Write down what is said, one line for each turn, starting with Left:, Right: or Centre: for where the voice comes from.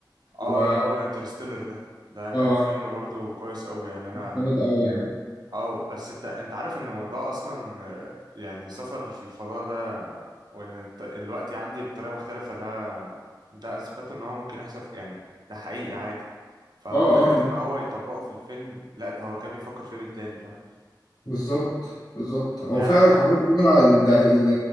Right: اه
Left: و
Right: اللي هو انترستيلر ده ده كان
Left: اه
Right: فيلم برضو كويس أوي يعني أنا
Left: جامد قوي يعني
Right: اه بس انت انت عارف ان الموضوع اصلا آه، يعني سفر في الفضاء ده وان الت- الوقت يعدي بطريقه مختلفه ده ده اثبته ان هو ممكن يحصل في- يعني ده حقيقي عادي فهو
Left: اه
Right: فكره
Left: اه
Right: ان هو يطبقه في الفيلم لا ده هو كان بيفكر في ليفل تاني فاهم
Left: بالظبط بالظبط هو
Right: يعني
Left: فعلا حوار إن هو ال- ده- ال-